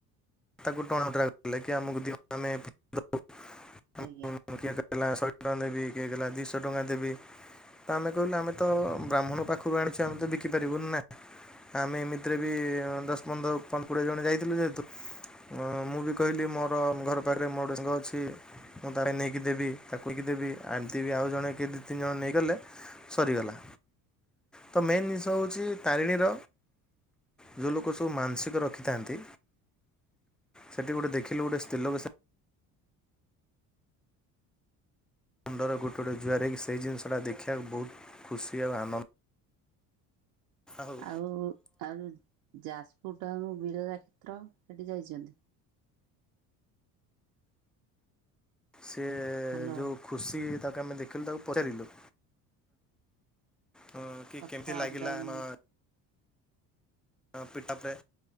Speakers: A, in the centre; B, on the right.
A: ତାକୁ ଟଣ ଓଟ୍ରା କଲେ କି ଆମକୁ ଦିଅ ଆମେ। <unintelligible> ଟା ଦେବି
B: ଆଜ୍ଞା।
A: କିଏ କହିଲା ଦିଇଶ ଟଙ୍କା ଦେବି। ତ ଆମେ କହିଲୁ ଆମେ ତ ବ୍ରାହ୍ମଣ ପାଖରୁ ଆଣିଛୁ ଆମେ ତ ବି କିପାରିବୁନି ନା ଆମେ ଏମିତିରେ ବି ଦଶ ପନ୍ଦର ପନ୍ଦ କୋଡ଼ିଏ ଜଣ ଯାଇଥିଲୁ ଯେହେତୁ ଅ ମୁଁ ବି କହିଲି ମୋର ଘର ପାଡରେ ମୋର ଟେ ସାଙ୍ଗ ଅଛି। ମୁଁ ତାଡେ ନେଇକି ଦେବି ତାକୁ କଇକି ଦେବି ଆଉ ଏମିତି ବି ଆଉ ଜଣେ ଦି ତିନି ଜଣ ନେଇଗଲେ ସରିଗଲା ତ ମେନ୍ ଜିନିଷ ହେଉଛି ତାରିଣୀର ଯେଉଁ ଲୋକ ସବୁ ମାନସିକ ରଖିଥାନ୍ତି। ସେଠି ଗୋଟେ ଦେଖିଲୁ ଗୋଟେ ସ୍ତ୍ରୀ ଲୋକ ମୁଣ୍ଡର ଗୋଟ ଗୋଟ ଜୁଆର ହେଇକି ସେଇ ଜିନିଷଟା ଦେଖିବାକୁ ବହୁତ ଖୁସି ଆଉ ଆନନ୍ଦ। ହଉ
B: ଆଉ ଆଉ ଯାଜପୁର ଟାଉନ ବିରଜା କ୍ଷେତ୍ର ସେଠି ଯାଇଛନ୍ତି।
A: ସେ
B: ହ୍ୟାଲୋ
A: ଯେଉଁ ଖୁସି ତାକୁ ଆମେ ଦେଖିଲୁ ତାକୁ ପଚାରିଲୁ ହଁ କି
B: କଥା
A: କେମିତି ଲାଗିଲା
B: ଅପଡାଉନ
A: ଆମ
B: ହଉଛି
A: ପିଟପରେ